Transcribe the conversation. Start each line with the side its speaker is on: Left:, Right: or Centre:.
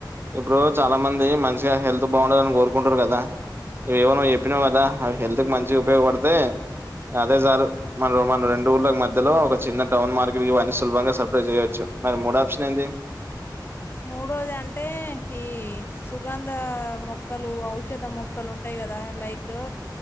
Right: ఇప్పుడు చాలా మంది మంచిగా హెల్త్ బాగుండాలి అని గోరుకుంటురు గదా ఇవేవో నువ్వు చెప్పినవ్ గదా అవి హెల్త్ కి మంచిగా ఉపయోగపడితే అదే జాలు మన మన రెండు ఊర్ళకి మధ్యలో ఒక చిన్న టౌన్ మార్కెట్ ఇవన్నీ సులభంగా సప్లై జేయాలి. అచ్చ మరి మూడో ఆప్షన్ ఏంది
Left: <inaudible> మూడోది అంటే ఈ సుగంధ మొక్కలు ఔషధ మొక్కలు ఉంటాయి గదా లైకు